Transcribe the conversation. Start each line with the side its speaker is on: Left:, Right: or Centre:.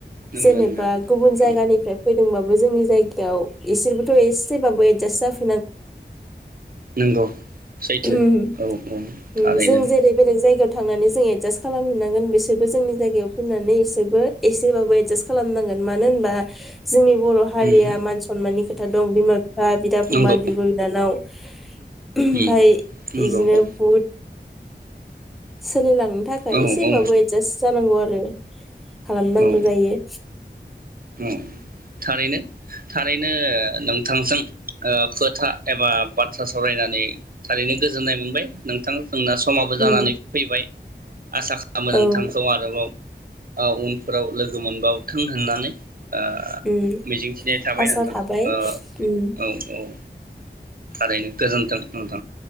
Right: नंगौ
Centre: जेनेबा
Right: नंगौ
Centre: गुबुन जायगानिफ्राय
Right: औ
Centre: फैदोंबाबो। जोंनि जायगायाव इसोरबोथ' एसेबाबो एदजास जाफै।
Right: नोंगौ सैथो
Centre: ना
Right: औ औ
Centre: उम
Right: थारैनो।
Centre: जों जेरै बेलेग जायगायाव थांनानै जों एडजास्ट खालामहैनांगोन बिसोरबो जोंनि जायगायाव फैनानै बिसोरबो एसेबाबो एदजास्ट खालामनांगोन मानो होनबा। जोंनि बर' हारिया
Right: उम
Centre: मान सनमाननि खोथा दं बिमा बिफा बिदा फंबाय
Right: नंगौ
Centre: बिब' बिनानाव। ओम ओमफाय
Right: उम नंगौ
Centre: इदिनो
Right: औ
Centre: बुट। सोलिलां। नो थाखाय
Right: औ
Centre: एसेबाबो एदजास जानांगौ आरो। बे। खालामनांगो
Right: औ
Centre: जायो।
Right: औ थारैनो थारैनो नोंथांजों खोथा एबा बाथ्रा सावरायनानै थारैनो गो। गोजोननाय मोनबाय नोंथां जोंना समाबो
Centre: उम
Right: जानानै फैबाय। आसा खामो नोंथांखौ
Centre: औ
Right: आरोबाव आ उन फोराव लोगो मोनबावथों होननानै ओ
Centre: उम
Right: मिजिंथिनाय थाबाय
Centre: आसा
Right: नोंथां
Centre: थाबाय
Right: ओ औ
Centre: उम
Right: औ। थारैनो गोजोन्थों नोंथां